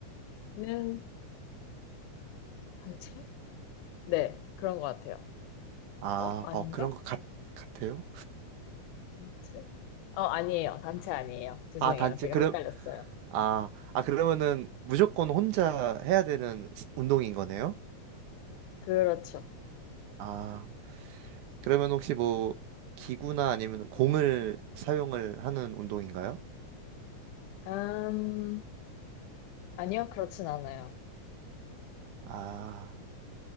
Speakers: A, on the left (about 85°); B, on the right (about 80°).
A: 는 단체? 네, 그런 것 같아요.
B: 아,
A: 어? 아닌가?
B: 어, 그런 것 같, 같아요?
A: 단체? 어, 아니에요. 단체 아니에요. 죄송해요.
B: 아, 단체,
A: 제가
B: 그럼,
A: 헷갈렸어요.
B: 아, 아, 그러면은 무조건 혼자 해야 되는 스- 운동인 거네요?
A: 그렇죠.
B: 아, 그러면 혹시 뭐, 기구나 아니면 공을 사용을 하는 운동인가요?
A: 음, 아니요, 그렇진 않아요.
B: 아.